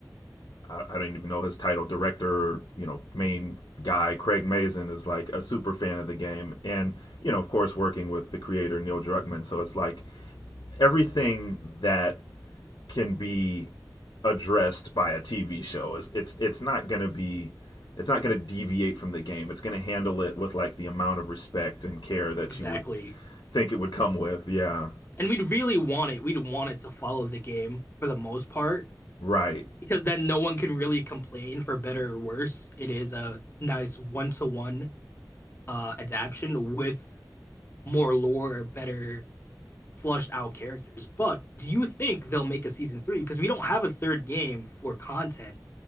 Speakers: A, on the left; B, on the left.
A: I, I don't even know his title, director, you know, main guy Craig Mazin is like a super fan of the game, and you know, of course, working with the creator Neil Druckmann, so it's like everything that can be addressed by a TV show. It's it's, it's not going to be it's not going to deviate from the game. It's going to handle it with like the amount of respect and care that
B: Exactly.
A: you would think it would come with. Yeah.
B: And we'd really want it. We'd want it to follow the game for the most part
A: Right.
B: because then no one can really complain for better or worse. It is a nice one to one adaptation with more lore, better flushed out characters. But do you think they'll make a season three? Because we don't have a third game for content.